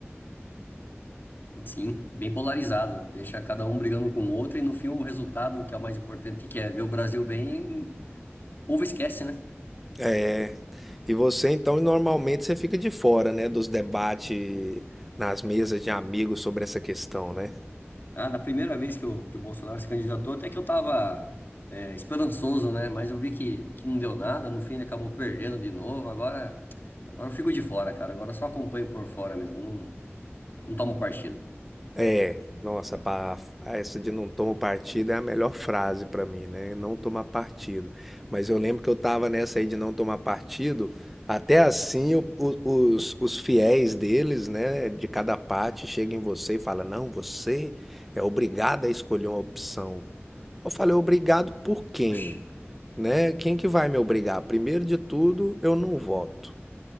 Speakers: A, on the left (about 50°); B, in the centre.
A: Sim, bem polarizado. Deixa cada um brigando com o outro e no fim o resultado, que é o mais importante, que é ver o Brasil bem, o povo esquece, né?
B: é E você, então, normalmente você fica de fora, né, dos debates nas mesas de amigos sobre essa questão, né?
A: Ah, na primeira vez que o, que o Bolsonaro se candidatou, até que eu tava é, esperançoso, né? Mas eu vi que, que não deu nada, no fim ele acabou perdendo de novo. Agora, agora eu fico de fora, cara. Agora eu só acompanho por fora mesmo, não, não tomo partido.
B: É, nossa, pa- essa de não tomo partido é a melhor frase pra mim, né? Não tomar partido. Mas eu lembro que eu tava nessa aí de não tomar partido, até assim o- o- os, os fiéis deles, né, de cada parte, chegam em você e falam: não, você é obrigado a escolher uma opção. Eu falei, obrigado por quem?
A: Oxi,
B: Né? Quem que vai me obrigar? Primeiro de tudo, eu não voto.